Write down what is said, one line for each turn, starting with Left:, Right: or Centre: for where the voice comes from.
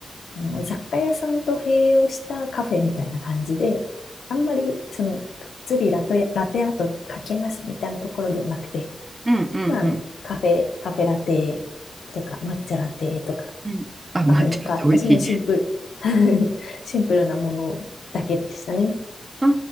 Left: あの、雑貨屋さんと併用したカフェみたいな感じで、あんまり、その、がっつりラトや、ラテアート書きますみたいなところではなくて、
Right: うんうんうん。
Left: まあ、あの、カフェ、カフェラテとか、抹茶ラテとか、
Right: うん。あ、抹茶って美味しい。
Left: カフェモカとか、もうシンプル、<laughs> シンプルなものだけでしたね。
Right: ああ、